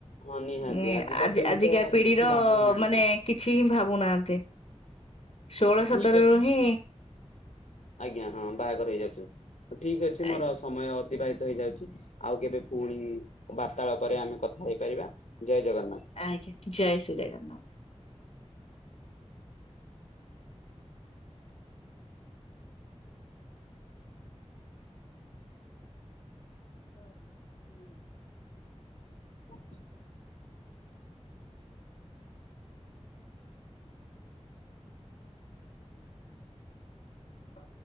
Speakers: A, on the left; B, on the left.
A: ହଁ ନିହାତି
B: ମାନେ
A: ଆଜିକା
B: ଆଜି
A: ପିଢି
B: ଆଜିକା
A: ତ
B: ଲିର
A: କିଛି ଭାବୁ ହିଁ ନାହାନ୍ତି
B: ମାନେ କିଛି ହିଁ ଭାବୁନାହାଁନ୍ତି। ଷୋହଳ
A: ଠିକ
B: ସତରରୁ
A: ଅଛି।
B: ହିଁ
A: ଆଜ୍ଞା। ହଁ, ବାହାଘର ହେଇଯାଉଛନ୍ତି। ତ ଠିକ ଅଛି ମୋର
B: ଆଜ୍ଞା
A: ସମୟ ଅତିବାହିତ ହେଇଯାଉଛି। ଆଉ କେବେ ପୁଣି ବାର୍ତ୍ତାଳାପରେ ଆମେ କଥା ହେଇପାରିବା। ଜୟ ଜଗନ୍ନାଥ।
B: ଆଜ୍ଞା, ଜୟ ଶ୍ରୀ ଜଗନ୍ନାଥ। <unintelligible>
A: <inaudible>
B: ହ